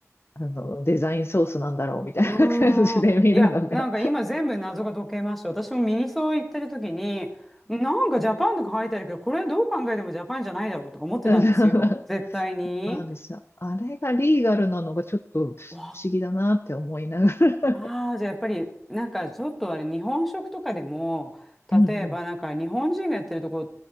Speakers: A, on the left (about 50°); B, in the centre.
A: あの、デザインソースなんだろうみたいな感じで見るのが。
B: うーん。いや、なんか今全部謎が解けました。私もミニソー行ってる時に、なんかジャパンとか入ってあるけど、これはどう考えてもジャパンじゃないだろうとか思ってたんですよ。
A: <laughs>
B: 絶対に。
A: そうなんですよ。あれがリーガルなのがちょっと不思
B: わ
A: 議だなって思いながら。
B: ああ、じゃあやっぱり、なんかちょっとあれ、日本食とかでも、
A: うんう
B: 例えばなんか日本人がやってるとこ